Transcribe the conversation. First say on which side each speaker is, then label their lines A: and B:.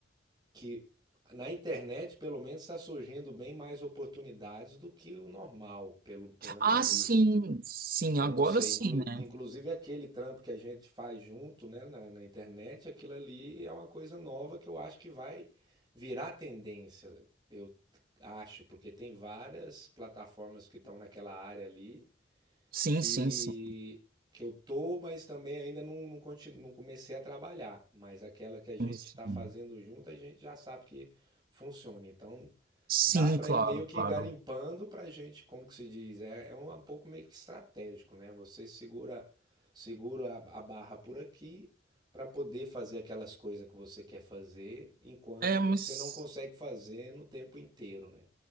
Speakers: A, on the right; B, on the right.
A: que na internet, pelo menos, está surgindo bem mais oportunidades do que o normal, pelo, pela minha
B: Ah,
A: vista.
B: sim, sim,
A: Eu
B: agora
A: não sei.
B: sim,
A: Inclu-
B: né?
A: inclusive aquele trampo que a gente faz junto, né, na, na internet, aquilo ali é uma coisa nova que eu acho que vai virar tendência. Eu acho, porque tem várias plataformas que estão naquela área ali
B: Sim,
A: que
B: sim, sim.
A: que eu tô, mas também ainda não, não, conti- não comecei a trabalhar. Mas aquela que a gente
B: Sim, sim.
A: está fazendo junto, a gente já sabe que funciona. Então
B: Sim,
A: Dá para
B: claro,
A: ir meio que
B: claro.
A: garimpando para gente, como que se diz, é, é um, um pouco meio que estratégico, né? Você segura, segura a, a barra por aqui para poder fazer aquelas coisas que você quer fazer, enquanto
B: É,
A: você
B: mas.
A: não consegue fazer no tempo inteiro, né?